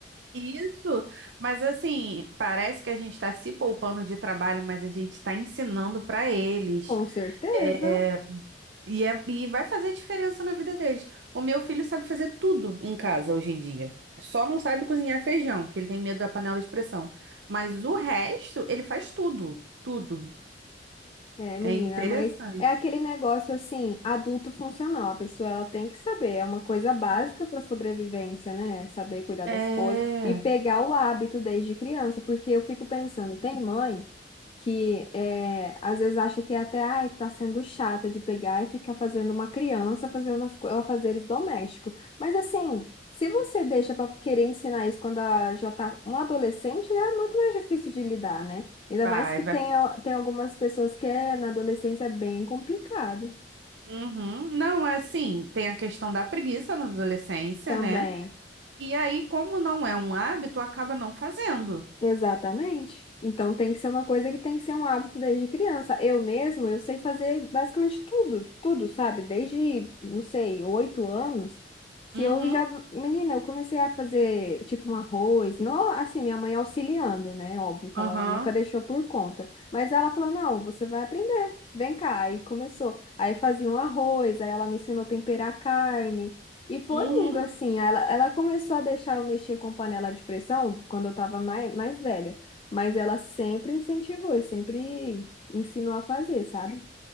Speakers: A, on the right; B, on the left.
A: Isso, mas assim, parece que a gente está se poupando de trabalho, mas a gente está ensinando para eles.
B: <laughs> Com certeza.
A: É, e, é- e vai fazer diferença na vida deles. O meu filho sabe fazer tudo em casa hoje em dia. Só não sabe cozinhar feijão, que ele tem medo da panela de pressão. Mas o resto, ele faz tudo, tudo.
B: É, menina,
A: É interessante.
B: mas é aquele negócio assim, adulto funcional. A pessoa ela tem que saber, é uma coisa básica para sobrevivência, né? Saber cuidar das
A: É,
B: coisas e pegar o hábito desde criança, porque eu fico pensando, tem mãe que é, às vezes acha que é até ai, tá sendo chata de pegar e ficar fazendo uma criança fazer umas co- afazeres domésticos. Mas assim, se você deixa para querer ensinar isso quando ela já tá um adolescente, é muito mais difícil de lidar, né? Ainda
A: vai,
B: mais que
A: vai.
B: tem, a- tem algumas pessoas que é, na adolescência é bem complicado
A: Uhum. Não, é assim, tem a questão da preguiça na adolescência,
B: também.
A: né? E aí, como não é um hábito, acaba não fazendo.
B: Exatamente. Então tem que ser uma coisa que tem que ser um hábito desde criança. Eu mesmo, eu sei fazer basicamente tudo, tudo, sabe? Desde, não sei, oito anos, que
A: Uhum,
B: eu já, menina, eu comecei a fazer tipo um arroz, não, assim, minha mãe auxiliando, né? Óbvio que
A: aham,
B: ela nunca deixou por conta, mas ela falou: "Não, você vai aprender. Vem cá". Aí começou. Aí fazia um arroz, aí ela me ensinou a temperar carne. E foi
A: uhum.
B: indo assim, ela, ela começou a deixar eu mexer com panela de pressão quando eu estava mais, mais velha, mas ela sempre incentivou e sempre ensinou a fazer, sabe?